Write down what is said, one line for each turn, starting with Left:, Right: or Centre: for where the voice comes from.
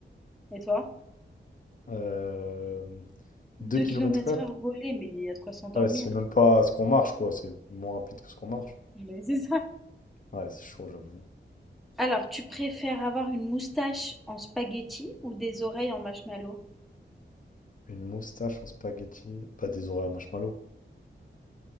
Centre: Et toi?
Left: Euh... 2
Centre: 2
Left: km
Centre: kilomètres
Left: heure?
Centre: heure volée, mais il y a de quoi s'endormir.
Left: Ouais, c'est même pas ce qu'on marche, quoi. C'est moins rapide que ce qu'on marche.
Centre: Mais c'est ça.
Left: Ouais, c'est chaud, j'avoue.
Centre: Alors, tu préfères avoir une moustache en spaghetti ou des oreilles en marshmallow?
Left: Une moustache en spaghetti. Pas des oreilles à marshmallow.